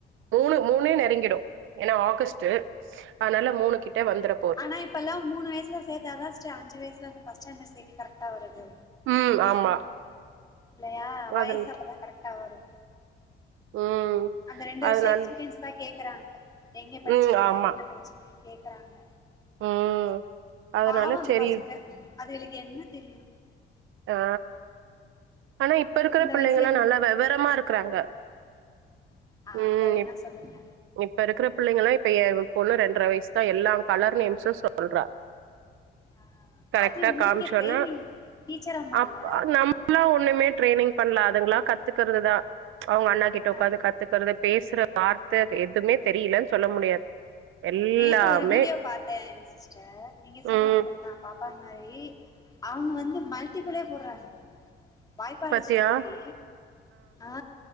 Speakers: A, on the right; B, on the left.
A: மூணு மூனே
B: ஆ
A: நெருங்கிடு ஏனா ஆகஸ்ட்டு அனால மூணு கிட்ட வந்துறு
B: ஆனா இப்பல்லா மூணு வயசுல சேத்தாதா சிஸ்டர் அஞ்சு வயசுலேந்து ஃபஸ்ட் ஸ்டாண்டட் சேக்க கரெக்டா வருது
A: ம் ஆமா
B: இல்லையா வயசு
A: அதன்
B: அப்பதா கரெக்டா வரு
A: ம்
B: அந்த ரெண்டு வர்ஷோ
A: அதனால
B: எக்ஸ்பீரியன்ஸ் தா கேக்கறாங்க எங்க படிச்சீங்க
A: ம் ஆமா
B: என்ன படிச்சீங்க கேக்கறாங்க
A: ம் அதனால
B: பாவ அந்த
A: சரி
B: பசங்க அதுகளுக்கு என்ன தெரியு
A: ஆ ஆனா இப்ப இருக்குற
B: இந்த
A: பிள்ளைங்கலா
B: வயசுல இப்ப
A: நல்லா வெவரமா இருக்கறாங்க
B: ஆ
A: ம்
B: அத வேணா
A: இப்
B: சொல்லுங்க
A: இப்ப இருக்குற பிள்ளைங்கலா இப்ப ஏ பொண்ணு ரெண்டர வயசு தா எல்லா கலர் நேம்சு சொல்றா
B: ஆ
A: கரெட்டா
B: அது நீங்க
A: காம்ச்சோன
B: ட்ரைனிங் டீச்சர் அம்மா
A: அப்ப
B: இல்ல
A: நாமல்லா ஒண்ணுமே ட்ரைனிங் பண்ல அதுங்களா கத்துக்கறது தா அவுங்க அண்ணா கிட்ட உட்ககாந்து
B: ஆ
A: கத் கத்துக்கறது பேசுற வார்த்த எதுமே தெரிலன் சொல்ல முடியாது எல்லாமே
B: நேத்து ஒரு வீடியோ பாத்த சிஸ்டர் நீங்க சொல்ற
A: ம்
B: மாதிரிதா பாப்பா மாரி அவங்க வந்து மல்டிபிளே போட்றாங்க வாய்ப்பாடு
A: பத்தியா
B: சொல்லி ஆ